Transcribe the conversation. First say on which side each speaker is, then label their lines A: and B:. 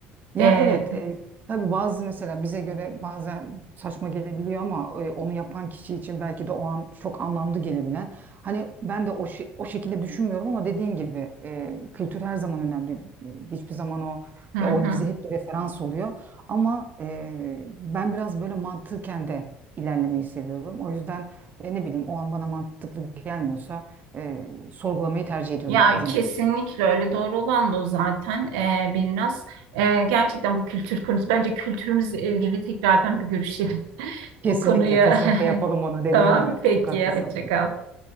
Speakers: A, on the right (about 40°); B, on the right (about 80°).
A: Ya
B: Ee,
A: evet, e, tabii bazı mesela bize göre bazen saçma gelebiliyor ama e, onu yapan kişi için belki de o an çok anlamlı gelebilen. Hani ben de o, şe- o şekilde düşünmüyorum ama dediğin gibi e, kültür her zaman önemli. E, Hiçbir zaman o
B: hı
A: ya
B: hı.
A: o bize hep bir referans oluyor. Ama e, ben biraz böyle mantıken de ilerlemeyi seviyorum. O yüzden e, ne bileyim o an bana mantıklı gelmiyorsa e, sorgulamayı tercih ediyorum
B: Ya
A: diyeyim.
B: kesinlikle öyle doğru olan da o zaten ee, biraz. Ee, gerçekten bu kültür konusu bence kültürümüzle ilgili tekrardan bir görüşelim <laughs>
A: Kesinlikle,
B: bu konuyu.
A: kesinlikle yapalım
B: <laughs>
A: onu dediğin
B: Tamam
A: gibi.
B: peki
A: Çok haklısın.
B: hoşça kal.